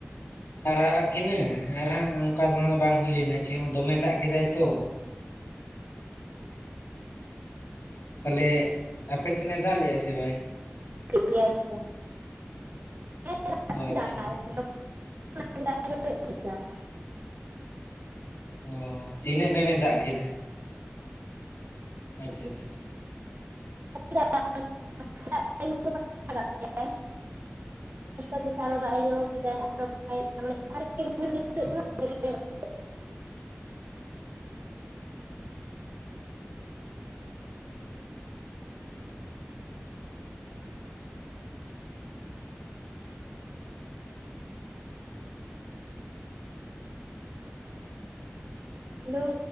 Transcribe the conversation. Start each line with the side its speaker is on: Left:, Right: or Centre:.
Left: ᱟᱨᱟᱨᱟᱣᱟᱜ ᱠᱤᱱᱟᱹ ᱟᱨ ᱦᱟᱸᱜ ᱚᱱᱠᱟ ᱫᱚ ᱦᱟᱸᱜ ᱵᱟᱝ ᱦᱩᱭ ᱞᱮᱱᱟ ᱪᱮᱫ ᱦᱚᱸ ᱫᱚᱢᱮ ᱫᱟᱜ ᱠᱮᱫᱟᱭ ᱛᱚ᱾ ᱛᱟᱦᱚᱞᱮ ᱟᱯᱮᱥᱮᱱᱮ ᱫᱟᱜ ᱞᱮᱫᱼᱟ ᱥᱮ ᱵᱟᱭ?
Right: <unintelligible>
Left: ᱚ ᱟᱪᱪᱷᱟ
Right: <unintelligible>
Left: ᱚ ᱛᱤᱱᱟᱹᱜ ᱜᱟᱱᱮ ᱫᱟᱜ ᱠᱮᱫᱟ? ᱟᱪᱷᱟ ᱪᱪᱷᱟᱻᱪᱷᱟ
Right: <unintelligible> ᱫᱟᱜ ᱮ ᱡᱚᱲ ᱠᱮᱫᱟᱭ <unintelligible> ᱦᱮᱸ <unintelligible> ᱦᱮᱞᱩᱳ